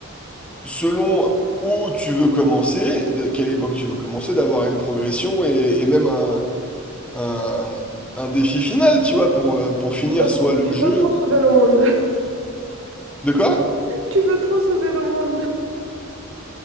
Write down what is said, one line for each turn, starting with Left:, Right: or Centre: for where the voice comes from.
Centre: selon où tu veux commencer, de quelle époque tu veux commencer, d'avoir une progression et, et même un, un, un défi final, tu vois, pour, euh, pour finir
Right: tu veux
Centre: soit
Right: trop,
Centre: le
Right: tu
Centre: jeu...
Right: veux trop sauver le monde. <laughs>
Centre: De quoi?
Right: Tu veux trop sauver le monde.